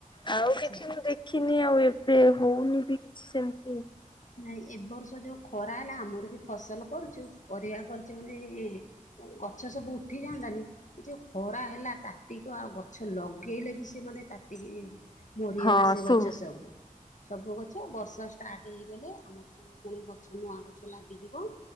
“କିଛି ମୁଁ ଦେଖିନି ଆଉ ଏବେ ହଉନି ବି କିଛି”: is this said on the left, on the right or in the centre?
Left